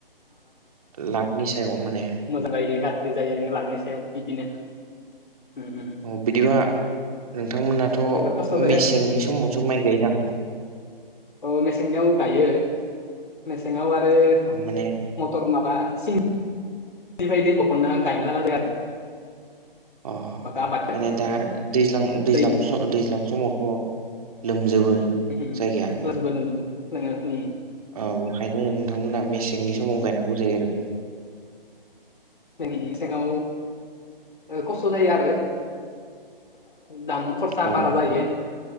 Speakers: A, on the right; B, on the left.
A: लाखनि सायाव माने
B: मोजां जायो गारजायो लांनो सायाव बिदिनो ओम - ओम
A: औ बिदिबा नोंथांमोनाथ'
B: जोबोर खस्थ' जायो
A: मेसेंनि समावसो माइ गायोदां
B: औ मेसेंनियाव गायो मेसेङाव आरो
A: अ माने
B: मथर माबा सि बिबायदि बहनना गायना लायो
A: अह
B: आबादखौ
A: माने दा दैज्लां-दैज्लां
B: दै
A: स दैज्लां समावथ' लोमजोबो
B: <unintelligible>
A: जायगाया औ बेखायनो नोंथांमोनहा मेसेंनि समाव गायनांगौ जायो आरो
B: जोंनि मेसेङाव खस्थ' जायो आरो दाम खरसा
A: औ
B: बारा जायो